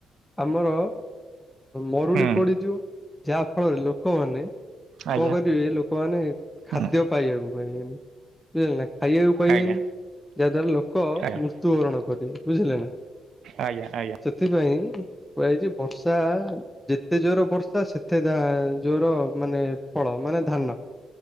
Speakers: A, in the centre; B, on the right.
A: ଆମର ମରୁଡ଼ି
B: ହୁଁ
A: ପଡ଼ିଯିବ ଯାହା ଫଳରେ ଲୋକମାନେ
B: ଆଜ୍ଞା
A: କଣ କରିବେ ଲୋକମାନେ
B: ହୁଁ
A: ଖାଦ୍ୟ ପାଇବାକୁ ପାଇବେନି। ବୁଝିଲେ ନା ଖାଇବାକୁ ପାଇବେନି
B: ଆଜ୍ଞା
A: ଯାହାଦ୍ଵାରା ଲୋ ଲୋକ
B: ଆଜ୍ଞା
A: ମୃତ୍ୟୁବରଣ କରିବେ ବୁଝିଲେ ନା
B: ଆଜ୍ଞା ଆଜ୍ଞା
A: ସେଥିପାଇଁ କୁହା ହେଇଛି ବର୍ଷା ଯେତେ ଜୋର ବର୍ଷା ସେତେ ଧା ଜୋର ମାନେ ଫଳ ମାନେ ଧାନ